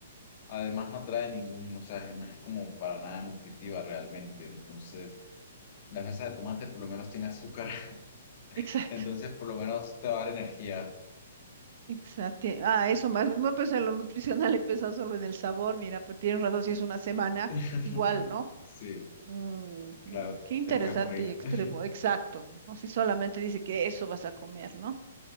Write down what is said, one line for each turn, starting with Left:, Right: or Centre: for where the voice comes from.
Left: Además no trae ningún, o sea, es- no es como para nada nutritiva realmente. Entonces, la salsa de tomate por lo menos tiene azúcar, <laughs>
Right: Exacto,
Left: entonces por lo menos te va a dar energía.
Right: exacto. Ah, eso más, no no, pues en lo nutricional <laughs> he pensado solo en el sabor, mira, pero tienes razón, si es una semana,
Left: <laughs>
Right: igual, ¿no?
Left: Sí,
Right: Mm,
Left: claro,
Right: mm, qué interesante
Left: te puedes morir.
Right: y extremo,
Left: <laughs>
Right: exacto, no si solamente dice que eso vas a comer, ¿no?